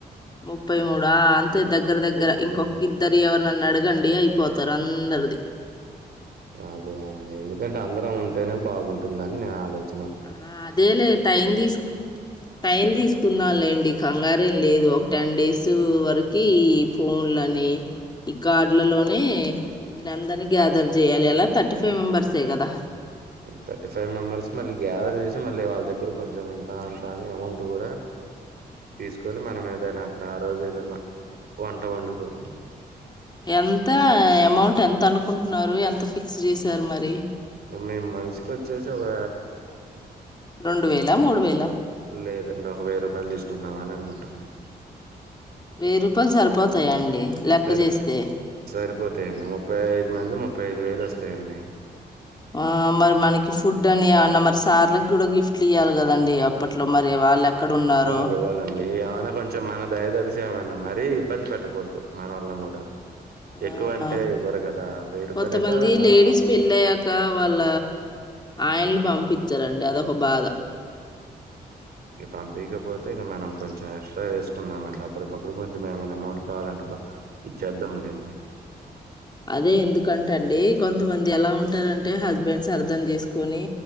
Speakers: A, on the left (about 25°); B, on the right (about 65°).
A: ముప్పై మూడు అంత దగ్గర దగ్గర
B: రెండు
A: ఇంకొక్కిద్దరి ఎవరనా నడి అగండి అయిపోతారు అందరిది
B: అదే అండి ఎందుకంటే అందరం ఉంటేనే బాగుంటుందని. నేను ఆలోచ
A: ఆ అదేలే టైం తీసుకు టైం తీసుకున్నా లేండి కంగారు సరేం లేదు ఒక టెన్ డేస్ వరకు ఈ ఫోన్లని ఈ కార్డులలోనే న అందరినీ గ్యాదర్ చేయాలి. అలా థర్టీ ఫైవ్ మెంబర్సే కదా.
B: థర్టీ ఫైవ్ మెంబర్స్ మళ్ళీ గ్యాదర్ చేసి మళ్ళీ వాళ్ళ దగ్గర కొంచెం ఎంత అంతా అని అమౌంట్ కూడా తీసుకొని. మనం ఏదైనా అక్కడ ఆ రోజు ఏదన్నా వంట వండుకొని.
A: ఎంత అమౌంట్ ఎంత? తనుకుంటున్నారు ఎంత ఫిక్స్ చేశారు మరి.
B: మేము మనిషకిచ్చేసి ఒక
A: రెండు వేలా మూడు వేలా
B: లేదండి ఒక వెయ్యి రూపాయలు తీసుకుందాం అని కుంటున్నా
A: వెయ్యి రూపాయలు సరిపోతాయా అండి లెక్క
B: సరి
A: చేస్తే
B: సరిపోతాయండి ముప్పై ఐదు మంది ముప్పై ముప్పై ఐదు వేలు వస్తాయండి.
A: ఆ మరి మనకి ఫుడ్ అని ఏమన్నా మరి సార్లకి కూడా గిఫ్ట్లు ఇయ్వాలి కదండి అప్పట్లో మరి. వాళ్ళు ఎక్కడున్నారో
B: ఇవ్వాల ఇవ్వాలండి కొంచెం మన దయ తెలిసి ఏమైన్నా మరీ ఇబ్బంది పెట్టకూడదు మన వల్లం కూడా
A: ఆ
B: ఎక్కువ అంటే ఇవ్వరు కదా వెయ్యి రూపాయలు
A: కొంతమంది
B: అయితే నార్మల్
A: లేడీస్ పెళ్ళ అయ్యాక వాళ్ళ ఆయనలు పంపించ ఇచ్చారంండి అదొక బాధ
B: ఇక పంపకపోతే ఇక మనం కొంచెం ఎక్స్ట్రా వేసుకుందామ అండి. అప్పటికప్పుడు కొంచెం ఏమైనా అమౌంట్ కావాలంటే బ ఇచ్చేద్దాంలేండి.
A: అదే ఎందుకంట అండి కొంతమంది ఎలా ఉంటారంటే హస్బెండ్స్ అర్థం చేసుకొని